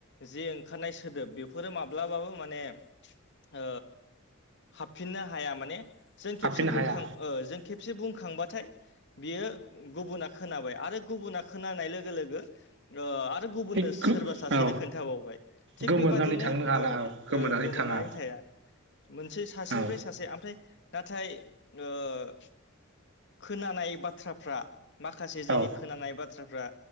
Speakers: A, on the left; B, on the right.
A: जि ओंखारनाय सोदोब बेफोरो माब्लाबाबो माने ओ हाबफिननो हाया माने जों
B: हाबफिननो
A: खेबसे बुंखां
B: हाया
A: ओ जों खेबसे बुंखांबाथाय बियो गुबुना खोनाबाय आरो गुबुना खोनानाय लोगो लोगो ओ आरो गुबुननो
B: बे गो
A: सोरबा सासेनो
B: औ
A: खोन्थाबावबाय। थिग
B: गोमोरनानै
A: बेबादिनो
B: थांनो हाला
A: ओ
B: औ
A: ओ गोमोरनानै
B: थाङा
A: थाया। मोनसे सासेनिफ्राय
B: औ
A: सासे ओमफ्राय नाथाय ओ खोनानाय बाथ्राफ्रा माखासे जोंनि
B: औ
A: खोनानाय बाथ्राफ्रा